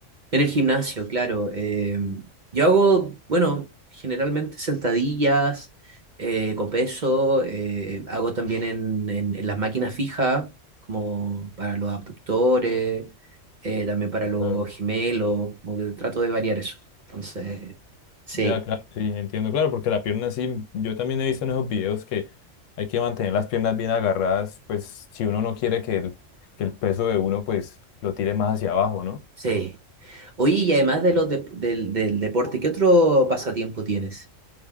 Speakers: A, on the right; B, on the left.
A: En el gimnasio, claro. eh, yo hago, bueno, generalmente sentadillas eh, con peso, eh, hago también en, en- en las máquinas fijas, como para los abductores, eh, también para los
B: Claro.
A: gemelos, como que trato de variar eso. Entonces, sí,
B: Ya, claro, sí, entiendo, claro, porque la pierna sí, yo también he visto en esos videos que hay que mantener las piernas bien agarradas, pues si uno no quiere que el, que el peso de uno pues lo tire más hacia abajo, ¿no?
A: sí. Oye, y además de los dep- del, del deporte, ¿qué otro pasatiempo tienes?